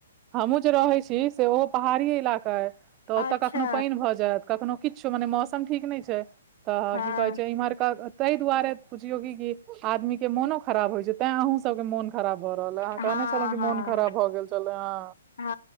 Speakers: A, on the right; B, on the left.
A: हमहुँ जे रहै छी से ओहो पहाड़ी इलाका अइ तऽ ओतय
B: अच्छा
A: कखनो पानि भऽ जैत कखनो किछु मने मौसम ठीक नहि छै तऽ
B: हँ
A: की कहै छै इमहरक तहि दुआरे पुछियो की क आदमी के मोनो खराब होय छै तैं अहूं सब के मोन खराब भऽ रहल है अहाँ
B: हँ
A: कहने छलहुं की
B: हँ
A: मोन खराब भऽ गेल छलै ह
B: हँ